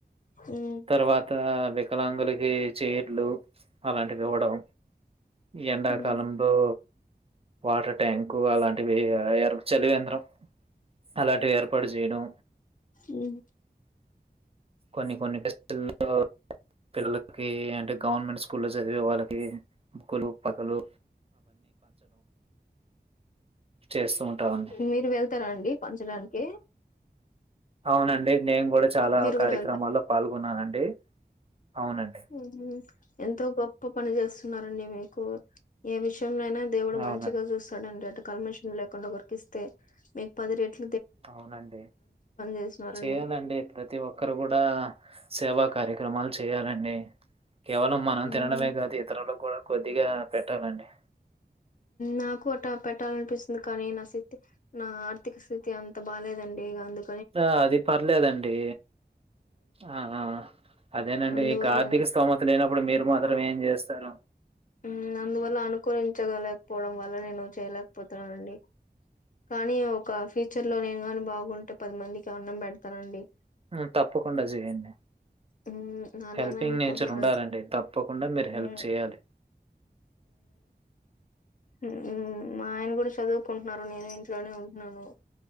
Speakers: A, on the left; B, on the right.
A: ఉమ్
B: తర్వాత వికలాంగులకి చైర్లు అలాంటివి ఇవ్వడం ఎండాకాలంలో
A: ఉమ్
B: వాటర్ ట్యాంకు అలాంటివి ఇగ చలివేంద్రం అలాంటివి ఏర్పాటు చేయడం
A: ఉమ్
B: కొన్ని కొన్ని టేస్ట్ ల్లో పిల్లలు కి అంటే గవర్నమెంట్ స్కూల్లో చదివే వాళ్ళకి బుక్స్ పలకలు చేస్తూ ఉంటామండి
A: మీరు వెళ్తార అండి పంచడానికి ఏ
B: అవునండి నేను కూడా చాలా
A: మీరు
B: కార్యక్రమాల్లో
A: కూడా
B: పాల్గొన్నానండి అవునండి
A: మ్మ్ హ్హ్ ఎంతో గొప్ప పని చేస్తున్నారండి మీరు ఏ విషయం నైనా దేవుడు
B: అవునండి
A: మంచిగా చూస్తాడండి అటు కల్మషం లేకుండా ఓకరికి ఇస్తే మీకు పది రేట్లు
B: అవునండి
A: చేసినారండి
B: చేయాలండి ప్రతి ఒక్కరు కూడా సేవా కార్యక్రమాలు చేయాలండి కేవలం మనం
A: హ్మ్.
B: తినడమే కాదు ఇతరులకు కూడా కొద్దిగా పెట్టాలండి
A: నాకు అలా పెట్టాలనిపిస్తుంది కానీ నా స్థితి నా ఆర్థిక స్థితి అంత బాలేదండి ఇగ అందుకు
B: ఆ అది పర్లేదండి ఆ ఆ అదేనండి
A: అందువల్ల
B: ఇక ఆర్థిక స్తోమత లేనప్పుడు మీరు మాత్రం ఏం చేస్తారు
A: మ్మ్ అందువల్ల అనుకూరించగలరు పోవడం వల్ల నేను చేయలేకపోతున్నానండి కానీ ఒక ఫ్యూచర్ లో నేను గాని బాగుంటే పది మందికి అన్నం పెడతానండి
B: మ్మ్ తప్పకుండా చేయండి
A: హ్మ్ అలానే
B: హెల్పింగ్
A: అనుకుంటున్నానండి
B: నేచర్ ఉండాలండి తప్ప కుండా మీరు
A: హ్మ్
B: హెల్ప్ చేయాలి
A: మ్మ్ మా ఆయన కూడా చదువుకుంటున్నారు నేను ఇంట్లోనే ఉంటున్నాను